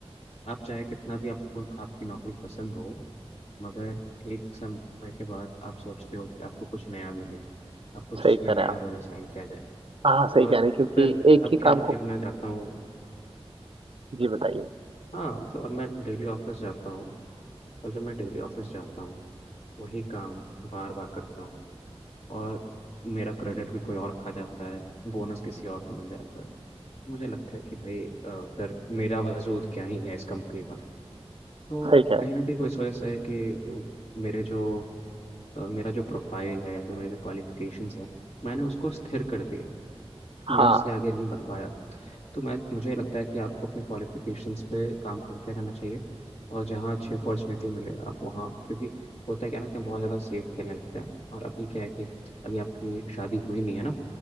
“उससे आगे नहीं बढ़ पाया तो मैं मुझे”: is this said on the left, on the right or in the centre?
Left